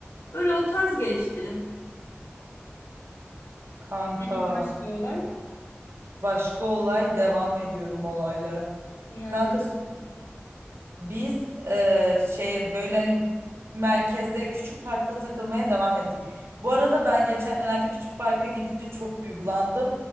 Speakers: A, on the left; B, on the right.
A: Öyle o tarz geçti.
B: Kanka.
A: Senin başka olay
B: Başka olay devam ediyorum olaylara.
A: iade
B: Kanka
A: etmek.
B: so- biz e, şey böyle hani merkezde küçük parkta takılmaya devam ettik. Bu arada ben geçenlerde küçük parka gidince çok duygulandım.